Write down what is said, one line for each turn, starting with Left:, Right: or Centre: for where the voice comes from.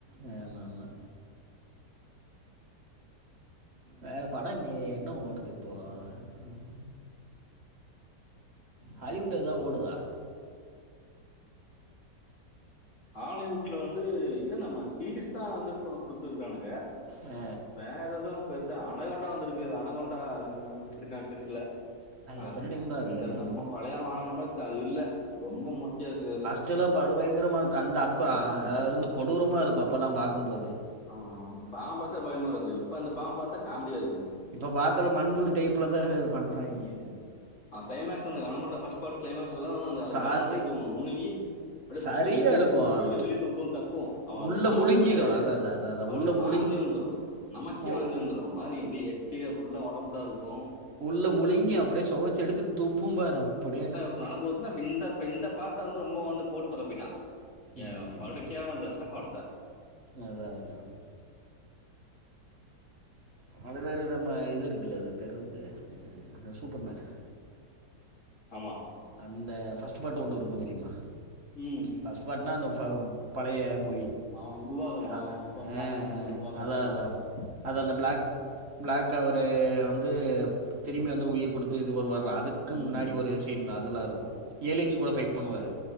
Right: ஏ ஆமா‌ஆமா வேற படம் இல்லையே என்ன ஓடுது இப்போ ம் ஹாலிவுட் ஏதாவது ஓடுதா
Left: ஹாலிவுட்ல வந்து என்ன நம்ம சீபிஸ் தா வந்து குடுத்துருக்கானுங்க
Right: ஆ
Left: வேற எதுவு பெருசா அனகொண்டா வந்திருக்கு அது அனகொண்டா விட்டுயிருக்கானுங்க நெட் ஃப்ளிக்ஸ்ல <unintelligible>
Right: எத்தனை டைம் பார்க்குறது
Left: அந்த நம்ம பழையா அனகொண்டா மாரி தெ இல்ல ரொம்ப மொக்கையா இருக்குது அது
Right: ஆக்சுவலா படு பயங்கரமா இருக்கு அந்த அக்க
Left: ம்.
Right: கொடூரமா இருக்கு அப்பல்லா பாக்கும்போது
Left: ஆ அந்த பாம் பாத்தா பயமா இருக்கு இப்ப அந்த பாம் பாத்தா காமெடியா இருக்குது
Right: இப்ப பாத்தாலு மண்புலு டைப்ல தா பண்றாங்க
Left: ம். ஆ கிளைமக்ஸ் அந்த அனகொண்டா ஃபர்ஸ்ட் பார்ட் கிளைமாக்ஸ்தா அந்த
Right: சாரி
Left: கேன்ன அப்டியே தூக்கி முழுங்கி அப்டியே சுத்தி
Right: சரியாக
Left: புடிச்சி
Right: இருக்கும்
Left: துப்பி வெளிய துப்பு கக்கு அவ
Right: உள்ள
Left: அத பாத்துட்டு
Right: முழுங்கிரும் அத அத அத அதான்
Left: அவளுக்கு
Right: உள்ள
Left: வாந்தி
Right: முழுங்கி
Left: வந்துரு நமக்கே
Right: உ
Left: வாந்தி வந்துரு மாரி எப்டி எச்ச ஃபுல்லா ஒடம்பு ஃபுல்லா இருக்கு
Right: உள்ள முழுங்கி அப்டியே சொவச்சி எடுத்துட்டு துப்பும் பாரு அப்டியேன்
Left: நல்ல குடுத்துயிருந்தான் இந்த இந்த பாட்ட வந்து ரொம்ப வந்து போட்டு சொதப்பிட்டா ஏ
Right: ம்
Left: படுக்கேவலமா <unintelligible>
Right: அதா அதா அது வேறு நம்ம இது இருக்குல்ல அது பேர் என்னது சூப்பர்மேன்னு
Left: ஆமா
Right: அந்த ஃபஸ்ட் பார்ட் ஒண்ணு இருக்கு தெரியுமா
Left: ம்
Right: ஃபஸ்ட் பாட்னா அந்த பழைய மூவி
Left: ஆ உருவாகுறதா
Right: ஆ
Left: எப்போ ஸ்டார்டிங்லந்து
Right: ஆ
Left: உருவாகது
Right: அதா
Left: அந்த
Right: அதா
Left: பார்டு
Right: அது அந்த பிளாக் பிளாக் அவரு வந்து திரும்பி வந்து உயிர் குடுத்து இது வருவார்ல அதுக் கு
Left: ம்
Right: முன்னாடி ஒரு சீன் அதெல்லா இருக்கு ஏலியன்ஸ் கூட ஃபைட் பண்ணுவாரு